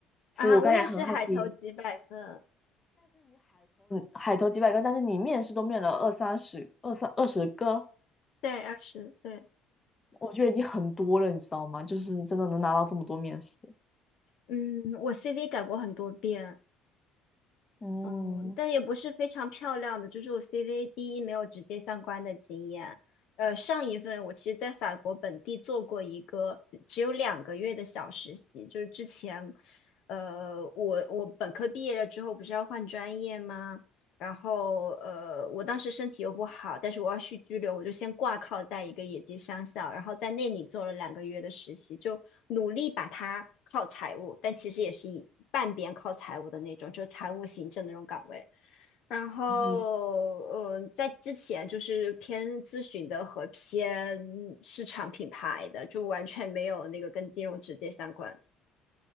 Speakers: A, on the left; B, on the left.
A: 所以我刚才很好奇，
B: 啊，我也是海投几百分，
A: 海投几百个，但是你面试都面了二三十、二三二十个，
B: 对二十对，
A: 我觉得已经很多了，你知道吗？就是真的能拿到这么多面试。
B: 嗯，我 CV 改过很多遍，
A: 嗯
B: 嗯，但也不是非常漂亮的，就是我 CV 第一没有直接相关的经验。呃，上一份我其实在法国本地做过一个只有两个月的小实习，就是之前，呃，我我本科毕业了之后不是要换专业吗？然后呃，我当时身体又不好，但是我要续居留，我就先挂靠在一个野鸡商校，然后在那里做了两个月的实习，就努力把它靠财务，但其实也是以半边靠财务的那种，就是财务行政的那种岗位。然后，
A: 嗯，
B: 呃，在之前就是偏咨询的和偏市场品牌的，就完全没有那个跟金融直接相关的。